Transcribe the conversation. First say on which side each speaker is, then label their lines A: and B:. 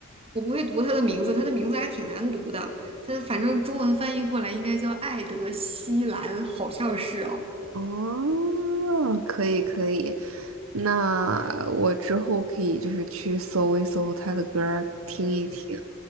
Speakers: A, on the right; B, on the right.
A: 我不会读他的名字，他的名字还挺难读的。他的反正中文翻译过来应该叫艾德希兰，好像是哦。
B: 哦，可以可以，那我之后可以就是去搜一搜他的歌儿，听一听。